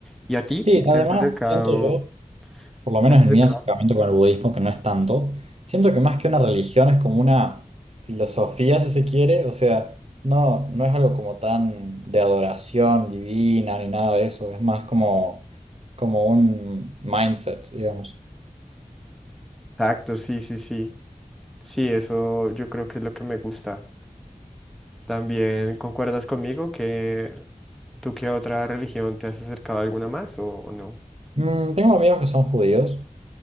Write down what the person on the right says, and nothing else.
Sí, además
siento yo por lo
menos
en mi acercamiento con el budismo, que no es tanto, siento que más que una religión es como una filosofía, si se quiere, o sea, no, no es algo como tan de adoración divina ni nada de eso, es más como, como un mindset, digamos.
Mm, tengo amigos que son judíos